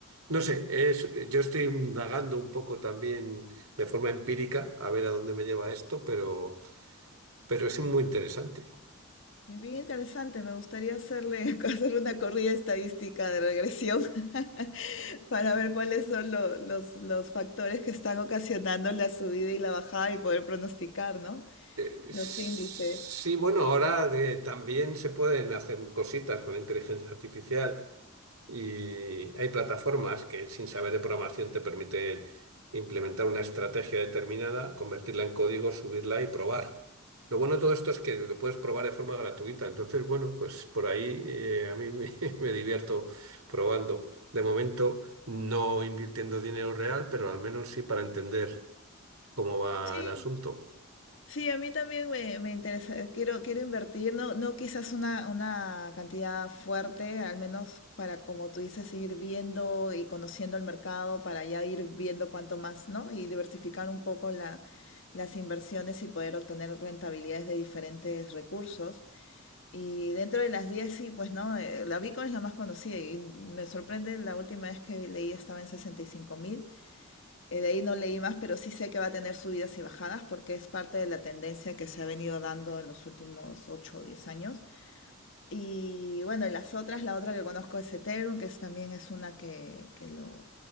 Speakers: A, on the right; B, on the left.
A: no sé, es, yo estoy indagando un poco también de forma empírica a ver a dónde me lleva esto, pero, pero es muy interesante.
B: Es bien interesante, me gustaría hacerle, <laughs> hacerle una corrida estadística de regresión <laughs> para ver cuáles son lo- los, los factores que están ocasionando la subida y la bajada y poder pronosticar, ¿no?
A: Eh,
B: Los
A: sí,
B: índices.
A: bueno, ahora de- también se pueden hacer cositas con la inteligencia artificial. Y hay plataformas que sin saber de programación te permiten implementar una estrategia determinada, convertirla en código, subirla y probar. Lo bueno de todo esto es que lo puedes probar de forma gratuita. Entonces, bueno, pues por ahí eh, a mí me, <laughs> me divierto probando. De momento, no invirtiendo dinero real, pero al menos sí para entender cómo va
B: Sí,
A: el asunto.
B: Sí, a mí también me, me interesa, quiero, quiero invertir, no, no quizás una, una cantidad fuerte, al menos para, como tú dices, ir viendo y conociendo el mercado, para ya ir viendo cuánto más, ¿no? Y diversificar un poco la, las inversiones y poder obtener rentabilidades de diferentes recursos. Y dentro de las 10 sí, pues no, Eh, la Bitcoin es la más conocida y me sorprende, la última vez que leí estaba en 65.000 eh, de ahí no leí más, pero sí sé que va a tener subidas y bajadas porque es parte de la tendencia que se ha venido dando en los últimos 8 o 10 años. Y bueno, y las otras, la otra que conozco es Ethereum, que es, también es una que, que lo